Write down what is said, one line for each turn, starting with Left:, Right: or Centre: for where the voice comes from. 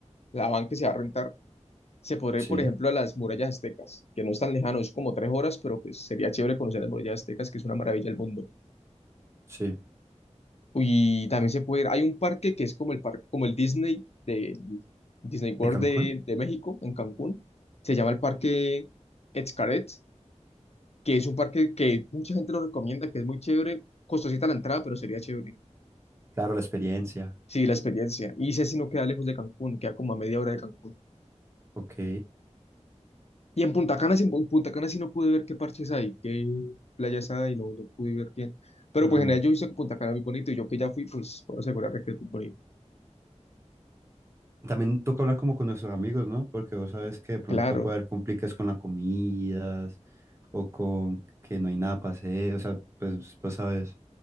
Left: la van que se va a rentar, se podría
Right: sí,
Left: ir, por ejemplo, a las murallas aztecas, que no es tan lejano, es como tres horas, pero pues sería chévere conocer las murallas aztecas, que es una maravilla del mundo.
Right: sí.
Left: Y también se puede ir, hay un parque que es como el parque, como el Disney de Disney World
Right: ¿De Cancún?
Left: de, de México, en Cancún, se llama el Parque Xcaret, que es un parque que mucha gente lo recomienda, que es muy chévere, costosita la entrada, pero sería chévere.
Right: Claro, la experiencia.
Left: Sí, la experiencia. Y ese sí no queda lejos de Cancún, queda como a media hora de Cancún.
Right: Ok.
Left: Y en Punta Cana, sí- en Punta Cana sí no pude ver qué parches hay, qué playas hay, no, no pude ver bien. Pero
Right: Mm.
Left: pues en general yo he visto que Punta Cana es muy bonito y yo que ya fui, pues puedo asegurar que es muy bonito.
Right: También toca hablar como con nuestros amigos, ¿no? Porque vos sabes que de pronto
Left: Claro,
Right: puede haber complicaciones con las comidas o con que no hay nada para hacer. O sea, pues, pues sabes